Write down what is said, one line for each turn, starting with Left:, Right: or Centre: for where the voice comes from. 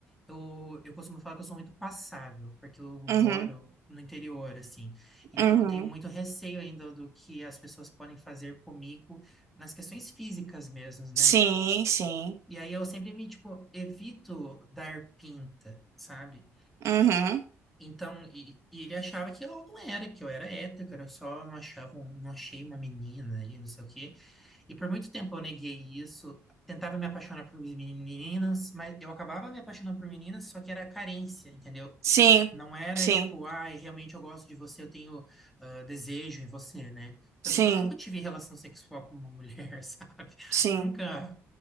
Centre: eu, eu costumo falar que eu sou muito passável, porque eu moro
Right: Uhum,
Centre: no interior, assim. Então,
Right: uhum.
Centre: eu tenho muito receio ainda do que as pessoas podem fazer comigo nas questões físicas mesmo, né?
Right: Sim, sim.
Centre: E aí, eu sempre me, tipo, evito dar pinta, sabe?
Right: Uhum.
Centre: Então, e, e ele achava que eu não era, que eu era hétero, que eu só não achava, um- não achei uma menina e não sei o quê. E por muito tempo eu neguei isso, tentava me apaixonar por meninas, mas eu acabava me apaixonando por meninas, só que era carência, entendeu?
Right: Sim,
Centre: Não era
Right: sim,
Centre: tipo, ai, realmente eu gosto de você, eu tenho ah, desejo em você, né? Tanto
Right: sim,
Centre: que eu nunca tive relação sexual com uma mulher, <laughs> sabe?
Right: sim.
Centre: Nunca,